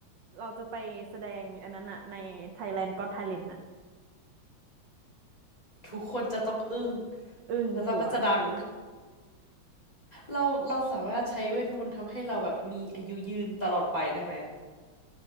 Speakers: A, on the right (about 70°); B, on the left (about 20°).
A: เราจะไปแสดงอันนั้นอะใน Thailand Got Talent อะ
B: ทุกคนจะต้องอึ้ง
A: อึ้งชัวร์
B: แล้วเราก็จะดังเราเราสามารถใช้เวทมนต์ทำให้เราแบบมีอายุยืนตลอดไปได้ไหมอะ